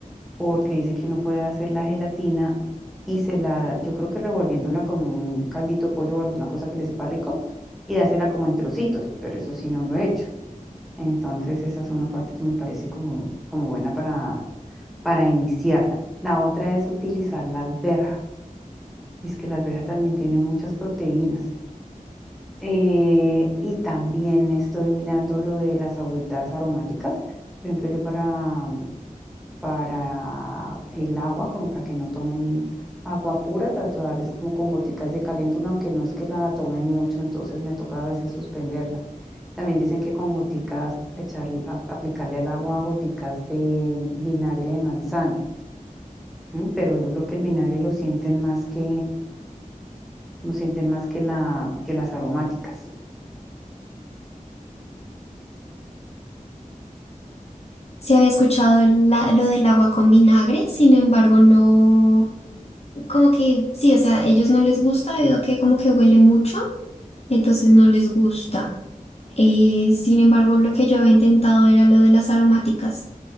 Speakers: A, in the centre; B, on the left.
A: porque dice que uno puede hacer la gelatina y se la, yo creo que revolviéndola con un caldito de pollo o alguna cosa que le sepa rico y dársela como en trocitos, pero eso sí no lo he hecho. Entonces esa es una parte que me parece como, como buena para, para iniciarla. La otra es utilizar la alberja. Es que la alberja también tiene muchas proteínas. Eh, y también estoy mirando lo de las agüitas aromáticas. Por ejemplo, yo para para el agua, como para que no tomen agua pura, trato de darles como con goticas de caléndula, aunque no es que la tomen mucho, entonces me toca a veces suspenderla. También dicen que con goticas, echar, aplicarle al agua goticas de vinagre de manzana, ¿m? Pero yo creo que el vinagre lo sienten más que, lo sienten más que la, que las aromáticas.
B: Se había escuchado el la- lo del agua con vinagre, sin embargo, no. como que sí, o sea, ellos no les gusta debido a que como que huele mucho, entonces no les gusta. Eh, sin embargo, lo que yo había intentado era lo de las aromáticas,